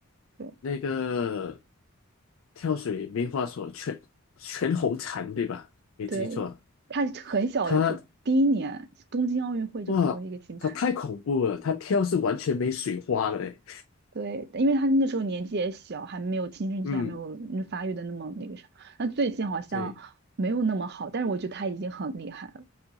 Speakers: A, on the right; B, on the left.
A: 对
B: 那个跳水没话说，全全红婵对吧？没记错，
A: 对，他很小的就第一年东京奥运会就得了一个金牌。
B: 他哇，他太恐怖了，他跳是完全没水花的嘞。
A: 对，因为他那时候年纪也小，还没有青春期，
B: 嗯，
A: 还没有嗯发育的那么那个啥。那最近好像没有那么好，
B: 对
A: 但是我觉得他已经很厉害了。